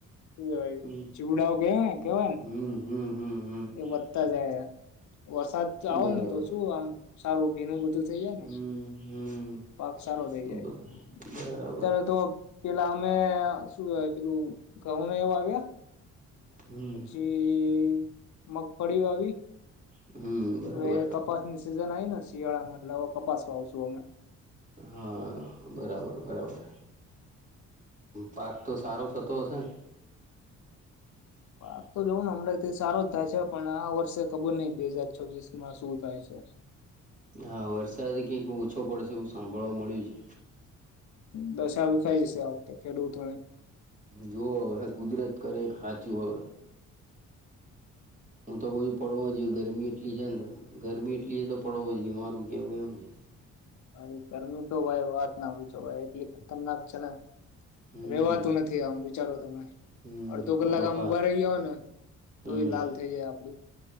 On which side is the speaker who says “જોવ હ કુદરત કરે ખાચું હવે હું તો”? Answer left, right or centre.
Right